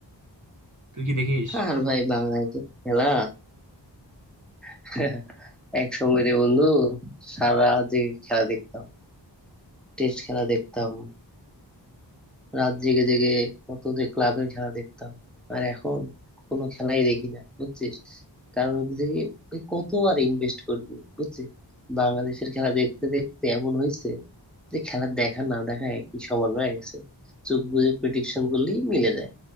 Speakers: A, on the right; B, in the centre.
A: তুই কি দেখিস
B: আর ভাই বাংলায় তো খেলা <laughs> এক সময় রে বন্ধু সারা রাত জেগে খেলা দেখতাম টেস্ট খেলা দেখতাম রাত জেগে জেগে কত যে ক্লাবের খেলা দেখতাম আর এখন কোনো খেলাই দেখি না বুঝছিস কারণ হচ্ছে কি ওই কত আর ইনভেস্ট করবি বুঝছিস বাংলাদেশের খেলা দেখতে দেখতে এমন হয়েছে যে খেলা দেখা না দেখা একই সমান হয়ে গেছে চোখ বুজে প্রেডিকশন করলেই মিলে যায়